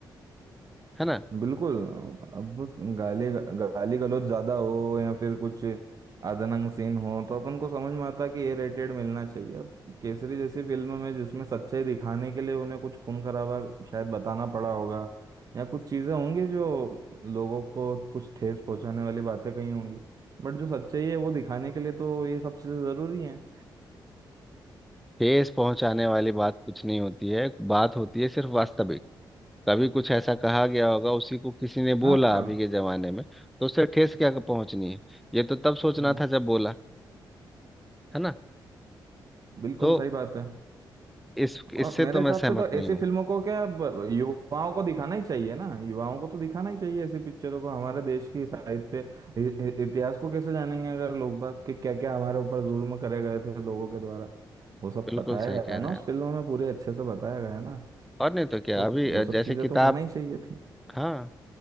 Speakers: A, in the centre; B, on the right.
A: है ना
B: बिल्कुल अब गाली गाली गलौज ज्यादा हो या फिर कुछ आदनंग सीन हो तो अपन को समझ में आता है कि ए रेटेड मिलना चाहिए अब केसरी जैसी फिल्म में जिसमें सच्चाई दिखाने के लिए उन्हें कुछ खून खराबा शायद बताना पड़ा होगा या कुछ चीजें होंगी जो लोगों को कुछ ठेस पहुंचाने वाली बातें कही होंगी बट जो सच्चाई है वो दिखाने के लिए तो ये सब चीजें जरूरी हैं
A: ठेस पहुंचाने वाली बात कुछ नहीं होती है बात होती है सिर्फ वास्तविक कभी कुछ ऐसा कहा गया होगा उसी को किसी ने
B: हाँ
A: बोला
B: हाँ
A: अभी के जमाने में तो उससे ठेस क्या पहुंचनी है ये तो तब सोचना
B: हम्म,
A: था जब बोला है ना
B: बिल्कुल
A: तो
B: सही बात है
A: इस
B: और
A: इससे
B: मेरे
A: तो
B: हिसाब
A: मैं सहमत
B: से तो
A: नहीं
B: ऐसी
A: हूँ
B: फिल्मों को क्या ब- युवाओं को दिखाना ही चाहिए ना युवाओं को तो दिखाना ही चाहिए ऐसी पिक्चरों को हमारे देश की साहित्य इ- इ- इतिहास को कैसे जानेंगे अगर लोग बाग कि क्या क्या हमारे ऊपर जुल्म करे गए थे लोगों के द्वारा वो सब
A: बिल्कुल
B: बताया
A: सही
B: गया
A: कह
B: है
A: रहे
B: ना
A: हैं
B: उस
A: आप
B: फिल्म में पूरे अच्छे से बताया गया है ना
A: और नहीं तो क्या
B: तो
A: अभी
B: वो
A: अ,
B: सब
A: जैसे
B: चीजें
A: किताब
B: तो होना ही चाहिए थी
A: हाँ